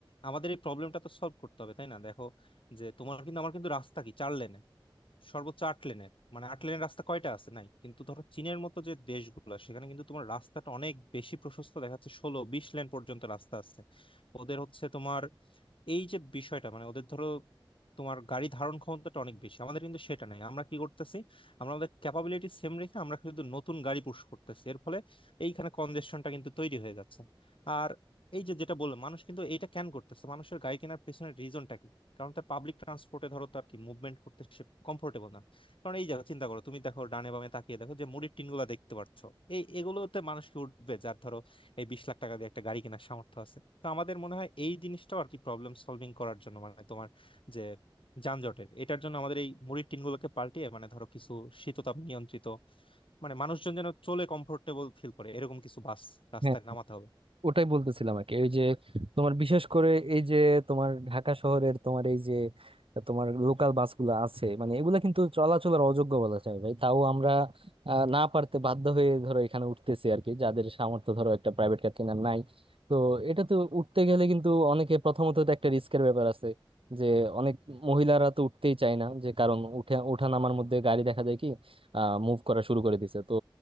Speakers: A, on the left; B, on the right.
A: আমাদের এই প্রবলেমটা তো সলভ করতে হবে তাই না দেখো যে তোমার কিন্তু আমার কিন্তু রাস্তা কি চার লেনের সর্বোচ্চ আট লেনের মানে আট লেনের রাস্তা কয়টা আছে নাই কিন্তু ধরো চীনের মতো যে দেশগুলো সেখানে কিন্তু তোমার রাস্তাটা অনেক বেশি প্রশস্ত দেখাচ্ছে ষোলো বিশ লেন পর্যন্ত রাস্তা আছে ওদের হচ্ছে তোমার এই যে বিষয়টা মানে ওদের ধরো তোমার গাড়ি ধারণ ক্ষমতাটা অনেক বেশি আমাদের কিন্তু সেটা নাই আমরা কি করতেছি আমরা আমাদের ক্যাপাবিলিটি সেম রেখে আমরা কিন্তু নতুন গাড়ি পুশ করতেছি এর ফলে এইখানে কনজেশনটা কিন্তু তৈরি হয়ে যাচ্ছে আর এই যে যেটা বললাম মানুষ কিন্তু এইটা কেন করতেছে মানুষের গাড়ি কেনার পেছনের রিজনটা কি? কারণ তার পাবলিক ট্রান্সপোর্টে ধরো তার কি মুভমেন্ট করতে সে কমফোর্টেবল না কারণ এই জায়গা চিন্তা করো তুমি দেখো ডানে বামে তাকিয়ে দেখো যে মুড়ির টিনগুলো দেখতে পাচ্ছ এই এগুলোতে মানুষ কি উঠবে যার ধরো এই বিশ লাখ টাকা দিয়ে একটা গাড়ি কেনার সামর্থ্য আছে তো আমাদের মনে হয় এই জিনিসটাও আর কি প্রবলেম সলভিং করার জন্য মানে তোমার যে যানজটের এটার জন্য আমাদের এই মুড়ির টিনগুলোকে পাল্টিয়ে মানে ধরো কিছু শীততাপ নিয়ন্ত্রিত মানে মানুষজন যেন চলে কমফোর্টেবল ফিল করে এরকম কিছু বাস রাস্তায়
B: হ্যাঁ,
A: নামাতে হবে
B: ওটাই বলতেছিলাম আর কি ওই যে তোমার বিশেষ করে এই যে তোমার ঢাকা শহরের তোমার এই যে তোমার লোকাল বাসগুলো আছে মানে এগুলা কিন্তু চলাচলের অযোগ্য বলা যায় ভাই তাও আমরা আহ, না পারতে বাধ্য হয়ে ধরো এখানে উঠতেছি আর কি যাদের সামর্থ্য ধরো একটা প্রাইভেট কার কেনার নাই তো এটা তো উঠতে গেলে কিন্তু অনেকে প্রথমত তো একটা রিস্কের ব্যাপার আছে যে অনেক মহিলারা তো উঠতেই চায় না যে কারণ উঠে ওঠা নামার মধ্যে গাড়ি দেখা যায় কি আহ মুভ করা শুরু করে দিছে তো